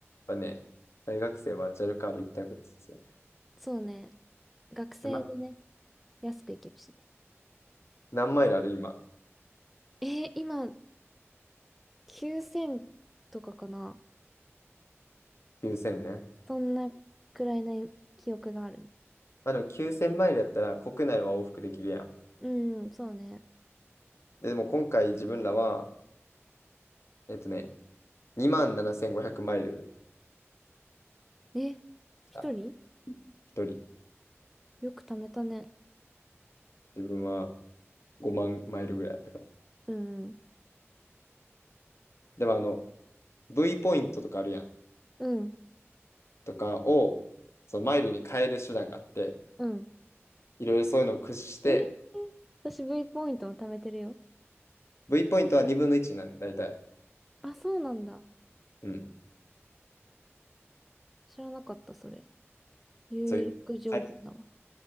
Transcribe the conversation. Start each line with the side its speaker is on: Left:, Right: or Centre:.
Left: ぱね、大学生はジャルカード一択ですよね。
Centre: そうね。学生でね、
Left: で、ま、
Centre: 安く行けるしね。
Left: 何マイルある今。
Centre: えー今、9000とかかな。
Left: 9000ね。
Centre: そんなくらいな記憶があるね。
Left: まあでも9000マイルやったら国内は往復できるやん。
Centre: うん、そうね。
Left: で、でも今回自分らは、えっとね、2万7500マイル、
Centre: え、一人
Left: あ、一人。
Centre: よく貯めたね。
Left: 自分は5万マイルぐらいやったから。
Centre: うん、
Left: でもあの、V ポイントとかあるやん。
Centre: うん、
Left: とかを、そのマイルに変える手段があって、
Centre: うん。
Left: いろいろそういうのを駆使して、
Centre: えー私 V ポイントも貯めてるよ。
Left: V ポイントは2分の1なんだ、大体。
Centre: あ、そうなんだ。
Left: うん。
Centre: 知らなかった、それ。有力情報だわ。
Left: そういう。はい